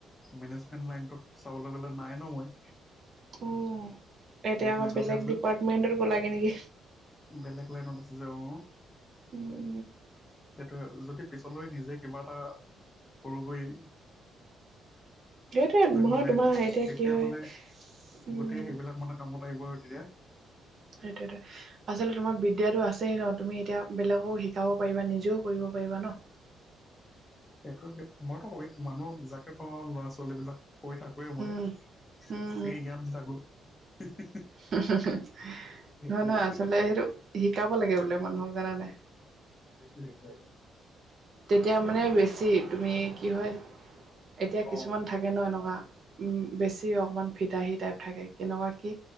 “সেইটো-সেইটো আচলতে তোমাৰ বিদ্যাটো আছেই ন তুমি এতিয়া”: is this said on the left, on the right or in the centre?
Right